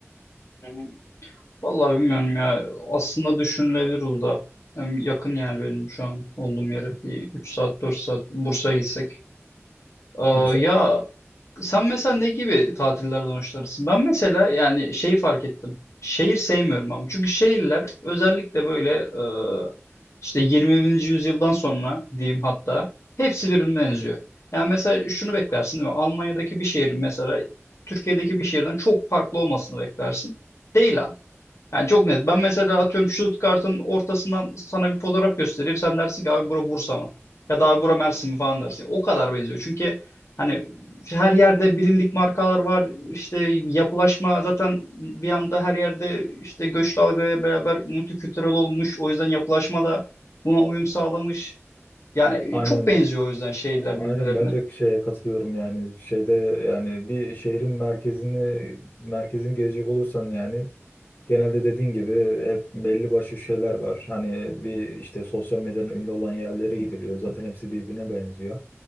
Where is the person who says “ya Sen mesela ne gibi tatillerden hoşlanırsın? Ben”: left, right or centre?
Left